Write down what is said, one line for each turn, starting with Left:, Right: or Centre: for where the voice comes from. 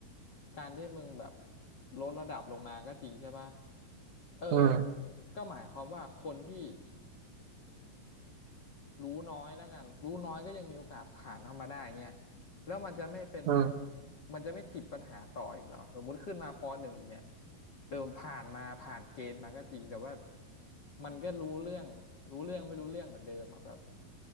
Left: การที่มึงแบบลดระดับลงมาก็จริงใช่ปะเออ
Right: อืม
Left: ก็หมายความว่าคนที่ รู้น้อยแล้วกันรู้น้อยก็ยังมีโอกาสผ่านเข้ามาได้เงี้ยแล้วมันจะไม่เป็น
Right: อืม
Left: มันจะไม่ติดปัญหาต่ออีกเหรอสมมุติขึ้นมาปหนึ่งอีกเนี่ยเออผ่านมาผ่านเกณฑ์มาก็จริงแต่ว่ามันก็รู้เรื่องรู้เรื่องไม่รู้เรื่องเหมือนเดิมอ่ะแบบ